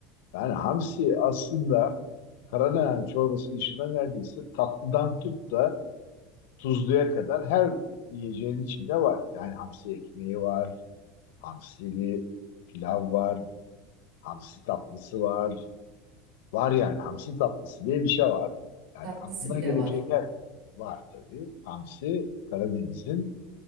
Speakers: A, on the left; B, on the right.
A: Yani hamsi aslında Karadeniz çorbası dışında neredeyse tatlıdan tut da tuzluya kadar her yiyeceğin içinde var. Yani hamsi ekmeği var, hamsili pilav var, hamsi tatlısı var. Var yani hamsi tatlısı diye bir şey var. Yani
B: Tatlısı
A: aklına
B: bile
A: gelebilecek
B: var.
A: her var tabii. Hamsi Karadeniz'in